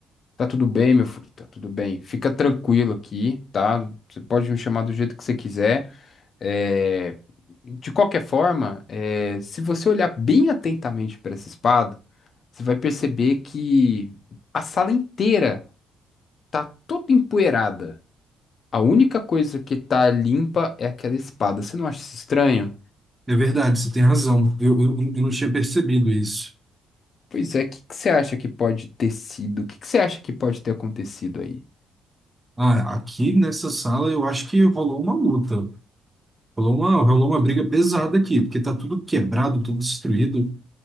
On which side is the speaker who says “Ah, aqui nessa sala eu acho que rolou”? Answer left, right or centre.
Right